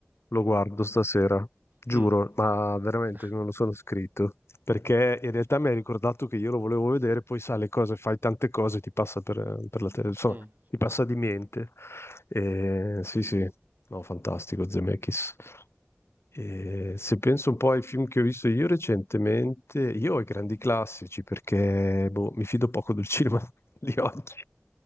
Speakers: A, on the left; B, on the right.
A: Lo guardo stasera, giuro,
B: Mm.
A: ma veramente
B: <laughs>
A: me lo sono scritto. Perché in realtà mi hai ricordato che io lo volevo vedere, poi sai le cose, fai tante cose, ti passa per, per la tele, insomma,
B: Mm.
A: ti passa di mente. E, sì, sì, no, fantastico Zemeckis. E se penso un po' ai film che ho visto io recentemente, io ho i grandi classici perché boh, mi fido poco del cinema <laughs> di oggi.